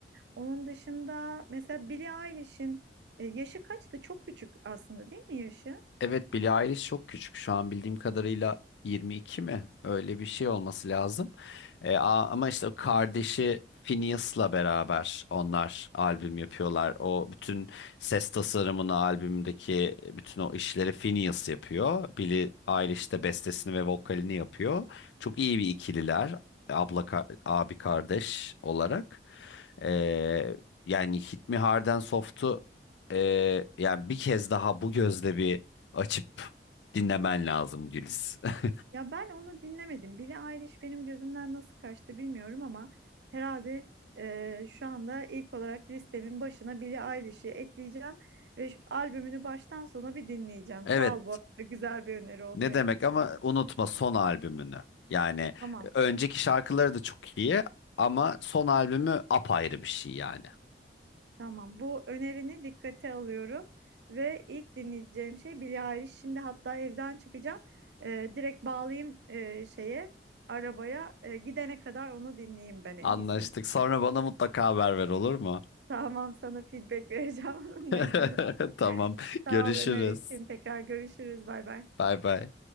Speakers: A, on the right (about 75°); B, on the left (about 85°).
A: Onun dışında mesela Billie Eilish'in e, yaşı kaçtı? Çok küçük aslında değil mi yaşı?
B: Evet Billie Eilish çok küçük. Şu an bildiğim kadarıyla 22 mi? Öyle bir şey olması lazım. E, a- ama işte o kardeşi Phineas'la beraber onlar albüm yapıyorlar. O bütün ses tasarımını albümdeki bütün o işleri Phineas yapıyor. Billie Eilish de bestesini ve vokalini yapıyor. Çok iyi bir ikililer. Abla ka- abi kardeş olarak. E, yani Hit Me Hard and Soft'u e, yani bir kez daha bu gözle bir açıp dinlemen lazım Güliz. <laughs>
A: Ya ben onu dinlemedim. Billie Eilish benim gözümden nasıl kaçtı bilmiyorum ama herhalde e, şu anda ilk olarak listemin başına Billie Eilish'i ekleyeceğim ve şu albümünü baştan sona bir dinleyeceğim.
B: Evet.
A: Sağ ol bu arada güzel bir öneri oldu
B: Ne
A: benim
B: demek
A: için.
B: ama unutma son albümünü. Yani
A: Tamam,
B: e, önceki şarkıları da çok iyi ama son albümü apayrı bir şey yani.
A: tamam. Bu önerini dikkate alıyorum ve ilk dinleyeceğim şey Billie Eilish. Şimdi hatta evden çıkacağım. E, direkt bağlayayım e, şeye, arabaya. E, gidene kadar onu dinleyeyim ben en
B: Anlaştık.
A: iyisi.
B: Sonra bana mutlaka haber ver olur mu?
A: Tamam sana feedback vereceğim <laughs> onunla ilgili.
B: <laughs> Tamam.
A: Sağ
B: Görüşürüz.
A: ol öneri için. Tekrar görüşürüz. Bay bay.
B: Bay bay.